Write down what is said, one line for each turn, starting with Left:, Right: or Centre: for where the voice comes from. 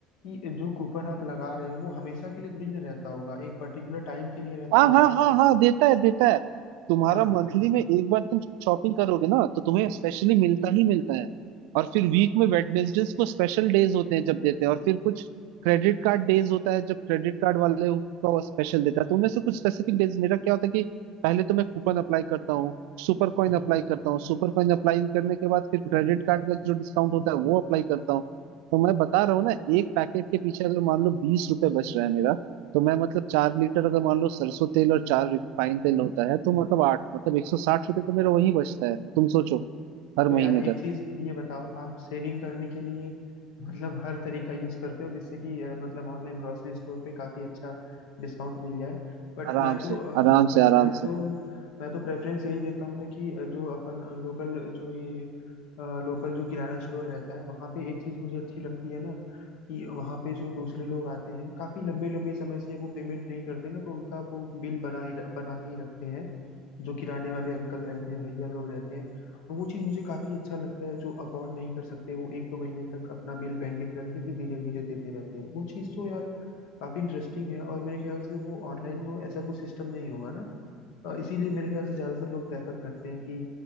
Left: कि जो कूपन आप लगा रहे हो वो हमेशा के लिए थोड़ी ना रहता होगा एक पर्टिकुलर टाइम के लिए रहता
Right: हाँ
Left: होगा
Right: हाँ हाँ हाँ देता है देता है तुम्हारा
Left: हाँ
Right: मंथली में एक बार तुम शॉपिंग करोगे ना तो तुम्हें स्पेशली मिलता ही मिलता है और फिर वीक में वेडनेसडेज को स्पेशल डेज होते हैं जब देते हैं और फिर कुछ क्रेडिट कार्ड डेज होता है जब क्रेडिट कार्ड वाले का स्पेशल देता है तो उनमें से कुछ स्पेसिफिक डेज मेरा क्या होता है कि पहले तो मैं कूपन अप्लाई करता हूँ सुपर कॉइन
Left: हम्म
Right: अप्लाई करता हूँ सुपर कॉइन अप्लाई करने के बाद फिर क्रेडिट कार्ड का जो डिस्काउंट होता है वो अप्लाई करता हूँ तो मैं बता रहा हूँ ना एक पैकेट के पीछे अगर मान लो बीस रुपए बच रहा है मेरा तो मैं मतलब चार लीटर अगर मान लो सरसों तेल और चार रिफाइंड तेल होता है तो मतलब आठ मतलब एक सौ साठ रुपये तो मेरा वहीं बचता है तुम सोचो हर
Left: तो यार
Right: महीने
Left: एक
Right: का
Left: चीज ये बताओ आप सेविंग करने के लिए मतलब हर तरीका यूज करते हो जिससे कि अ, मतलब ऑनलाइन ग्रोसरी स्टोर पे काफी अच्छा डिस्काउंट मिल जाए बट
Right: आराम
Left: मैं तो
Right: से
Left: अ,
Right: आराम
Left: हाँ बट
Right: से आराम
Left: मैं
Right: से
Left: तो मैं तो प्रेफरेंस यही देता हूँ ना कि अ, जो अपन लोकल जो ये लोकल जो किराना स्टोर रहता है वहाँ पे एक चीज मुझे अच्छी लगती है ना कि वहाँ पे जो दूसरे लोग आते हैं काफी लंबे लंबे समय से वो पेमेंट नहीं करते ना तो उनका वो बिल बना ही बना के ही रखते हैं जो किराने वाले अंकल रहते हैं भैया लोग रहते हैं तो वो चीज मुझे काफी अच्छा लगता है जो अफोर्ड नहीं कर सकते वो एक दो महीने तक अपना बिल पेंडिंग रख के फिर धीरे धीरे देते रहते हैं वो चीज तो यार काफी इंटरेस्टिंग है और मेरे ख्याल से वो ऑनलाइन में ऐसा कुछ सिस्टम नहीं होगा ना अ, इसीलिए मेरे ख्याल से ज्यादातर लोग प्रेफर करते हैं कि